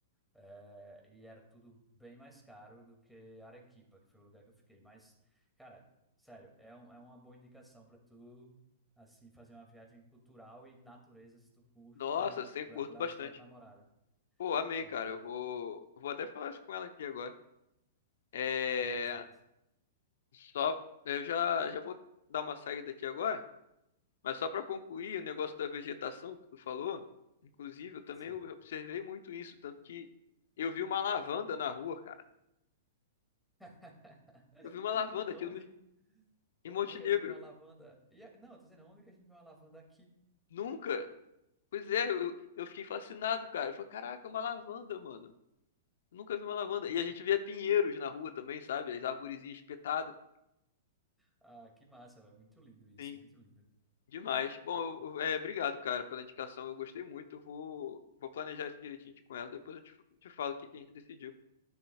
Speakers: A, in the centre; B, on the left (about 65°).
A: é, e era tudo bem mais caro do que Arequipa, que foi o lugar que eu fiquei. Mas, cara, sério, é, um- é uma boa indicação para tu, assim, fazer uma viagem cultural e natureza, se tu curte,
B: Nossa, sem curto
A: le- leva
B: bastante.
A: a tua namorada.
B: Pô, amei,
A: É,
B: cara. Eu vou, vou até falar isso com ela aqui agora. É,
A: é massa.
B: só, eu já, já vou dar uma saída aqui agora. Mas só para concluir, o negócio da vegetação que tu falou, inclusive, eu também
A: Sim.
B: observei muito isso, tanto que eu vi uma lavanda na rua, cara.
A: <laughs>
B: Eu vi uma lavanda,
A: Onde,
B: aquilo me...
A: onde
B: em Montenegro.
A: que a gente vê uma lavanda? E, a- não, eu tô dizendo, onde que a gente vê uma lavanda aqui?
B: Nunca. Pois é, eu, eu fiquei fascinado, cara. Eu falei, caraca, é uma lavanda, mano. Nunca vi uma lavanda. E a gente via pinheiros na rua também, sabe? As arvorezinhas espetadas.
A: Ah, que massa, velho. Muito lindo isso,
B: Sim,
A: muito lindo.
B: demais. Bom, eu- eu- é, obrigado, cara, pela indicação. Eu gostei muito. Eu vou, vou planejar isso direitinho com ela. Depois eu te, te falo o que que a gente decidiu.